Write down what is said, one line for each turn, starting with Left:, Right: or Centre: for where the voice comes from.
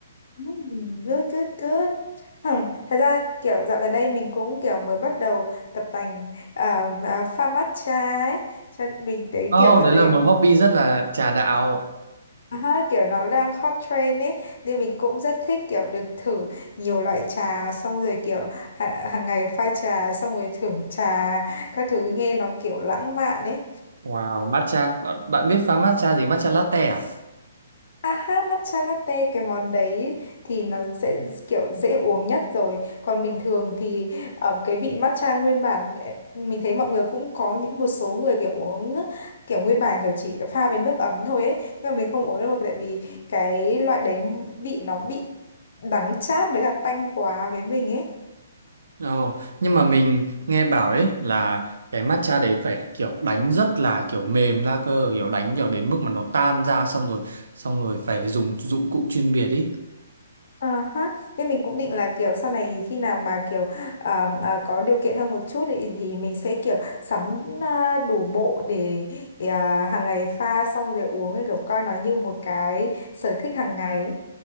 Left: ừm, Good, good, good. Hmm. Thật ra kiểu dạo gần đây mình cũng kiểu mới bắt đầu tập tành à, à, pha matcha ấy. Cho nên mình thấy
Right: Oh,
Left: kiểu dạo
Right: đấy
Left: này
Right: là một hobby rất là trà đạo.
Left: à, ha, kiểu nó đang hot trend ấy. Nên mình cũng rất thích kiểu được thử nhiều loại trà xong rồi kiểu hàng, hàng ngày pha trà xong rồi thưởng trà các thứ nghe nó kiểu lãng mạn ấy.
Right: Wow, matcha. Bạn, bạn biết pha matcha gì? Matcha latte à?
Left: À ha, matcha latte cái món đấy thì nó sẽ kiểu dễ uống nhất rồi. Còn bình thường thì ờ, cái vị matcha nguyên bản ờ, mình thấy mọi người cũng có những một số người kiểu uống kiểu nguyên bản kiểu chỉ pha với nước ấm thôi ấy. Nhưng mà mình không uống được tại vì cái loại đấy vị nó bị đắng chát với cả tanh quá với mình ấy.
Right: Ồ, nhưng mà mình nghe bảo đấy là cái matcha đấy phải kiểu đánh rất là kiểu mềm ra cơ, kiểu đánh kiểu đến mức mà nó tan ra xong rồi, xong rồi phải dùng dụng cụ chuyên biệt ý.
Left: À ha, nên mình cũng định là kiểu sau này khi nào mà kiểu à, à, có điều kiện hơn một chút thì, thì mình sẽ kiểu sắm à, đủ bộ để à, hàng ngày pha xong rồi uống thì kiểu coi nó như một cái sở thích hàng ngày.